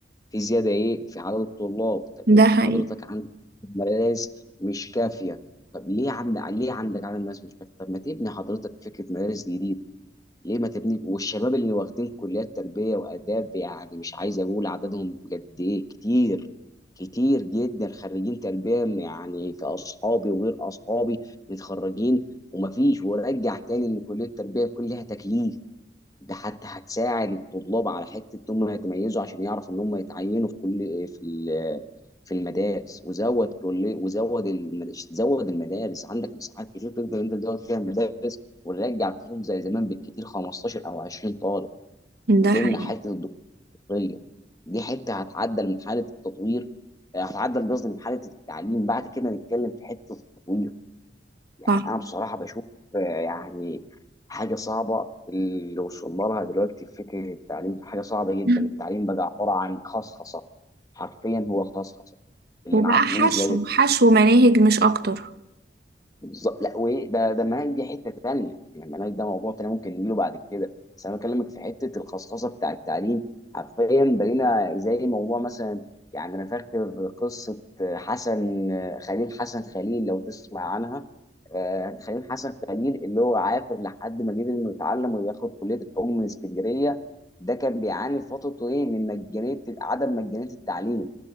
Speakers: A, on the left; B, on the right.
A: في زيادة إيه في عدد الطلاب طب
B: ده
A: أنت
B: حقيقي
A: حضرتك عندك مدارس مش كافية طب ليه عندك ليه عندك عدد ناس مش كافية طب ما تبني حضرتك فكرة مدارس جديدة ليه ما تبني والشباب اللي واخدين كليات تربيه واداب يعني مش عايز اقول عددهم قد ايه كتير كتير جدا خريجين تربيه يعني كاصحابي وغير اصحابي متخرجين ومفيش ورجع تاني ان كليه التربيه بيكون لها تكليف ده حتى هتساعد الطلاب على حته ان هم يتميزوا عشان يعرفوا ان هم يتعينوا في كل في في المدارس وزود كليه وزود الم- زود المدارس عندك مساحات كتير تقدر انت تزود فيها المدارس ونرجع الفصول زي زمان بالكتير 15 او 20 طالب
B: ده
A: وتمنع
B: حقيقي
A: حته الدكتوريه دي حته هتعدل من حاله التطوير آه، هتعدل قصدي من حاله التعليم بعد كده نتكلم في حته التطوير يعني
B: صح
A: انا بصراحه بشوف آه، يعني حاجه صعبه اللي وصلنا لها دلوقتي في فكره التعليم حاجه صعبه جدا
B: مم.
A: التعليم بقى عباره عن خصخصه حرفيا هو خصخصه اللي
B: وبقى
A: معاه فلوس
B: حشو
A: قادر
B: حشو مناهج مش أكتر
A: بالظبط لا وايه ده ده المناهج دي حته تانيه يعني المناهج ده موضوع تاني ممكن نجيله بعد كده بس انا بكلمك في حته الخصخصه بتاع التعليم حرفيا بقينا زي موضوع مثلا يعني انا فاكر قصه حسن خليل حسن خليل لو تسمع عنها آه، خليل حسن خليل اللي هو عافر لحد ما قدر انه يتعلم وياخد كليه العلوم من اسكندريه ده كان بيعاني في فترته ايه من مجانيه عدم مجانيه التعليم